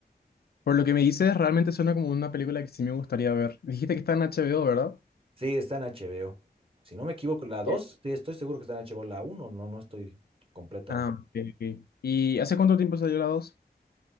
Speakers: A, on the left (about 65°); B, on the right (about 35°).
A: Por lo que me dices, realmente suena como una película que sí me gustaría ver. Dijiste que está en HBO, ¿verdad?
B: Sí, está en HBO. Si no me equivoco, la 2
A: Eh,
B: sí, estoy seguro que está en HBO, la uno no, no estoy completamente
A: Ah, ok, ok. ¿Y hace cuánto tiempo salió la 2?